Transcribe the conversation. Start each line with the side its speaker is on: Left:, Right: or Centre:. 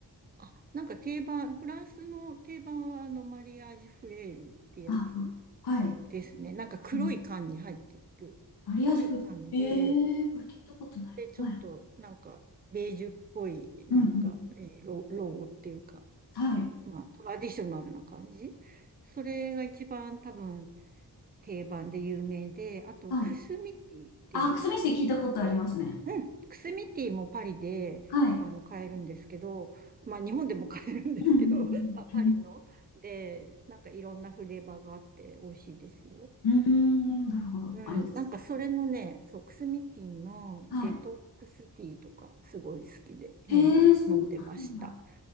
Right: あ、なんか定番、フランスの定番はあのマリアージュフレールってやつ
Left: あ、あはい。
Right: ですね。なんか黒い缶に入ってる。
Left: うんマリアージュフル。
Right: 黒い缶で、
Left: ええーこれ聞いたことないな。
Right: で、ちょっとなんか、
Left: はい。
Right: ベージュっぽい、なんか、
Left: うんうん。
Right: えーロ、ロゴっていうか、
Left: はい。
Right: まあ、トラディショナルな感じ。それが一番多分定番で有名で、あと、
Left: はい。
Right: クスミティっていうのとかで、
Left: あ、クスミステ聞いたことありますね。
Right: うん、クスミティもパリで、
Left: はい。
Right: あの、買えるんん。ですけど、まあ、日本でも買えるんですけど、
Left: うん
Right: <laughs> まあ、パリの。
Left: うん
Right: で、なんかいろんなフレーバーがあって美味しいですよ。
Left: うん。<laughs> うん、なるほど。
Right: うん、
Left: ありがとう
Right: なんかそれのね、そう、クスミティのデトックスティーとかすごい好きでよん飲んでました。
Left: ございます。はい。へえ、そんなのあるんだ。